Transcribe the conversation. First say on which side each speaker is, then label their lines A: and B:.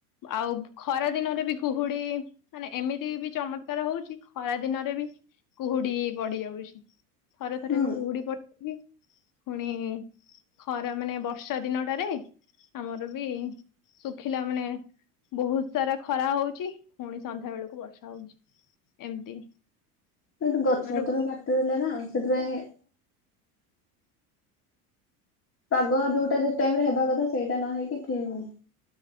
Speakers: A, on the left; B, on the left.
A: ଆଉ ଖରା ଦିନରେ ବି କୁହୁଡି ମାନେ ଏମିତି ବି ଚମତ୍କାର ହଉଛି ଖରା ଦିନରେ ବି କୁହୁଡି ପଡିଯାଉଛି। ଥରେ ଥରେ
B: ହୁଁ
A: ଖୁଉଡି ପଡିି ପୁଣି ଖରା ମାନେ ବର୍ଷା ଦିନଟାରେ ଆମର ବି ଶୁଖିଲା ମାନେ ବହୁତ ସାରା ଖରା ହଉଛି। ପୁଣି ସନ୍ଧ୍ୟା ବେଳକୁ ବର୍ଷା ହଉଛି ଏମିତି
B: ତ ଏଠି ଗଛ
A: ମାନେ
B: ପତ୍ର କାଟିଦେଲେ ନା ସେଥିପାଇଁ ପାଗ ଯୋଉଟା ଯୋଉ ଟାଇମ ରେ ହେବା କଥା ସେଇଟା ନ ହେଇକି ଠିକଁ